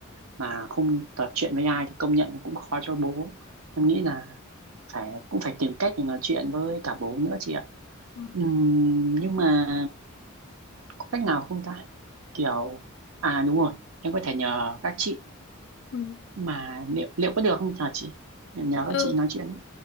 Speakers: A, on the right (about 85°); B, on the left (about 60°).
A: mà không trò chuyện với ai thì công nhận cũng khó cho bố em nghĩ là phải cũng phải tìm cách để nói chuyện với cả bố nữa chị ạ
B: Ừ.
A: Ừm, nhưng mà có cách nào không ta kiểu à đúng rồi em có thể nhờ các chị
B: Ừ.
A: nhưng mà liệu liệu có được không nhờ chị Em nhờ
B: Ừ,
A: các chị nói chuyện